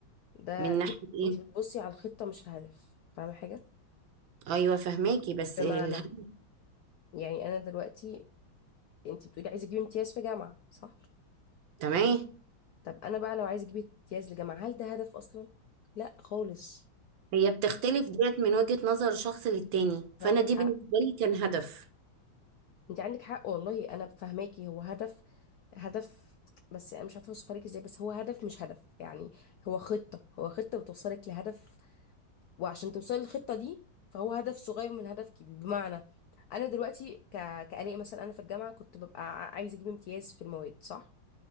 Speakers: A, on the left; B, on the right.
A: ده
B: من
A: دي
B: ناحيه ايه
A: انت بتبصي على الخطة مش الهدف فاهمة حاجة
B: ايوه فهماكي بس
A: بمعنى
B: الهدف
A: يعني انا دلوقتي انت بتقولي عايزة اجيب امتياز في جامعة صح
B: تمام
A: طب انا بقى لو عايزة اجيب امتياز لجامعة هل ده هدف اصلا لا خالص
B: هي بتختلف ديت من وجهه نظر شخص للتاني فانا
A: عندك
B: دي
A: حق
B: بالنسبه لي كان هدف
A: انت عندك حق والله انا فاهماكي هو هدف هدف بس انا مش عارفة اوصفها لك ازاي بس هو هدف مش هدف يعني هو خطة هو خطة بتوصلك لهدف وعشان توصلي للخطة دي فهو هدف صغير من هدف كبير بمعنى انا دلوقتي ك... كآلاء مثلا انا في الجامعة كنت ببقى ع- عايزة اجيب امتياز في المواد صح